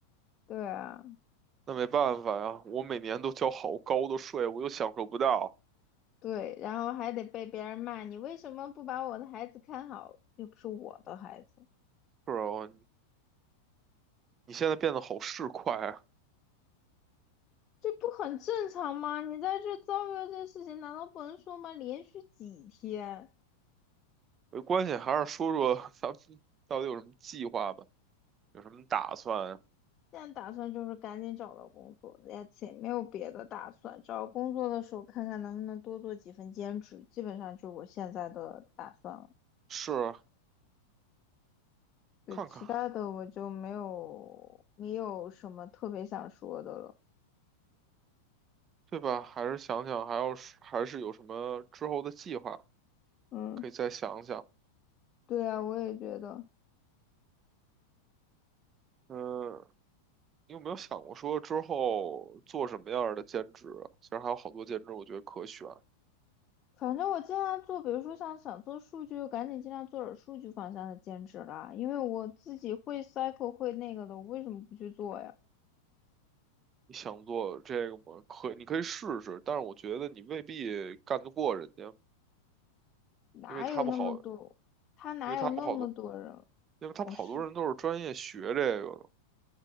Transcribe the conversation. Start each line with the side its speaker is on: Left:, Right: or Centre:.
Left: 对啊，
Right: 那没办法呀，我每年都交好高的税，我又享受不到。
Left: 对，然后还得被别人骂你为什么不把我的孩子看好，又不是我的孩子。
Right: 是啊，你现在变得好市侩啊。
Left: 这不很正常吗？你在这遭遇了这事情，难道不能说吗？连续几天，
Right: 没关系，还是说说 <laughs> 咱们到底有什么计划吧，有什么打算？
Left: 现在打算就是赶紧找到工作，也且没有别的打算。找工作的时候看看能不能多做几份兼职，基本上就我现在的打算了。
Right: 是
Left: 对，
Right: 看看，
Left: 其他的我就没有没有什么特别想说的了。
Right: 对吧？还是想想，还要是还是有什么之后的计划，
Left: 嗯，
Right: 可以再想想。
Left: 对啊，我也觉得。
Right: 嗯，你有没有想过说之后做什么样儿的兼职啊其实还有好多兼职，我觉得可选。
Left: 反正我尽量做，比如说像想做数据，就赶紧尽量做点数据方向的兼职啦。因为我自己会 cycle 会那个的，我为什么不去做呀？
Right: 你想做这个吗？可以你可以试试，但是我觉得你未必干得过人家，
Left: 哪有那么多？
Right: 因为他们好，
Left: 他哪有那么多人？
Right: 因为他们好多，因为他们好多人都是专业学这个的，
Left: 我是，